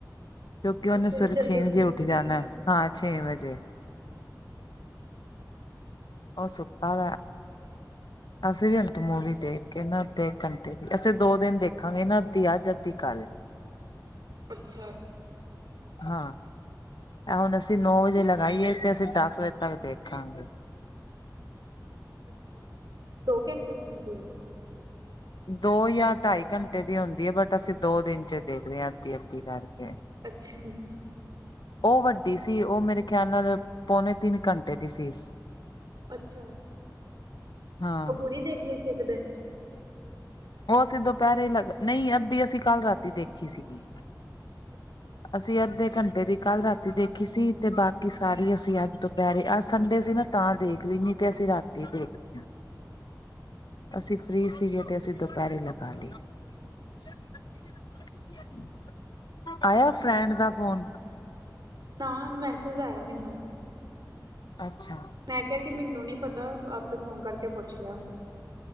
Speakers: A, on the left (about 80°); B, on the right (about 65°).
A: ਕਿਉਂਕਿ ਉਨੇ
B: ਉਹ
A: ਸਵੇਰੇ
B: ਜਲਦੀ
A: ਛੇ
B: ਉੱਠਣਾ
A: ਵਜੇ
B: ਹੁੰਦਾ
A: ਉੱਠ ਜਾਣਾ
B: ਨਾ
A: ਹਾਂ ਛੇ ਵਜੇ। ਉਹ ਸੁੱਤਾ ਵਾ।
B: <inaudible>
A: ਅਸੀਂ ਵੀ ਅੰਤ ਮੂਵੀ ਦੇਖ ਕੇ ਨਾ ਅੱਧੇ ਘੰਟੇ ਦੀ ਅਸੀਂ ਦੋ ਦਿਨ ਦੇਖਾਂਗੇ ਇਹਨਾਂ ਅੱਧੀ ਅੱਜ ਅੱਧੀ ਕੱਲ੍ਹ।
B: ਅੱਛਾ
A: ਹਾਂ, ਐ ਹੁਣ ਅਸੀਂ ਨੌ ਵਜੇ ਲਗਾਈ ਏ ਤੇ ਅਸੀਂ ਦੱਸ ਵਜੇ ਤੱਕ ਦੇਖਾਂਗੇ।
B: ਅੱਛਾ-ਅੱਛਾ ਦੋ ਘੰਟੇ ਦੀ ਹੁੰਦੀ ਆ?
A: ਦੋ ਜਾਂ ਢਾਈ ਘੰਟੇ ਦੀ ਹੁੰਦੀ ਏ ਬਟ ਅਸੀਂ ਦੋ ਦਿਨ 'ਚ ਦੇਖਦੇ ਹਾਂ ਅੱਧੀ-ਅੱਧੀ ਕਰਕੇ।
B: ਅੱਛਾ।
A: ਉਹ ਵੱਡੀ ਸੀ ਉਹ ਮੇਰੇ ਖਿਆਲ ਨਾਲ ਪੌਨੇ ਤਿੰਨ ਘੰਟੇ ਦੀ ਸੀ।
B: ਅੱਛਾ-ਅੱਛਾ,
A: ਹਾਂ
B: ਉਹ ਪੂਰੀ ਦੇਖ ਲੀ ਸੀ ਇੱਕ ਦਿਨ 'ਚ?
A: ਉਹ ਅਸੀਂ ਦੁਪਹਿਰੇ ਲੱਗ ਨਹੀਂ ਅੱਧੀ ਅਸੀਂ ਕੱਲ੍ਹ ਰਾਤੀ ਦੇਖੀ ਸੀਗੀ।
B: ਅੱਛਾ
A: ਅਸੀਂ ਅੱਧੇ ਘੰਟੇ ਦੀ ਕੱਲ੍ਹ ਰਾਤੀ ਦੇਖੀ ਸੀ ਤੇ ਬਾਕੀ ਸਾਰੀ ਅਸੀਂ ਅੱਜ ਤੋਂ ਦੁਪਹਿਰੇ ਅੱਜ ਸੰਡੇ ਸੀ ਨਾ ਤਾਂ ਦੇਖ ਲਈ ਨੀ ਤੇ ਅਸੀਂ ਰਾਤੀ ਦੇਖਦੇ ਹਾਂ। ਅਸੀਂ ਫਰੀ ਸੀਗੇ ਤੇ ਅਸੀਂ ਦੁਪਹਿਰੇ ਲਗਾ ਲੀ।
B: ਹੂੰ
A: <unintelligible> ਆਇਆ ਫਰੈਂਡ ਦਾ ਫੋਨ?
B: ਨਾ ਮੈਸੇਜ ਆਇਆ ਮੈਨੂੰ।
A: ਅੱਛਾ
B: ਮੈਂ ਕਿਹਾ ਕਿ ਮੈਨੂੰ ਨੀ ਪਤਾ ਆਪੇ ਫੋਨ ਕਰਕੇ ਪੁੱਛ ਲਿਆ ਹੋਊ।